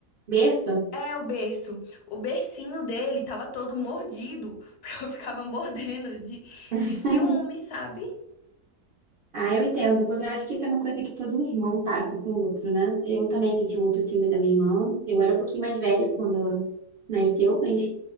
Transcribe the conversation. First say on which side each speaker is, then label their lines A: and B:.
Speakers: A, on the right; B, on the left.
A: Berço?
B: É, o berço. O bercinho dele tava todo mordido, <laughs> porque eu ficava mordendo de,
A: <laughs>
B: de ciúme, sabe?
A: Ah, eu entendo, porque eu acho que isso é uma coisa que todo irmão passa com o outro, né? Eu também senti muito ciúme da minha irmã. Eu era um pouquinho mais velha quando ela nasceu, mas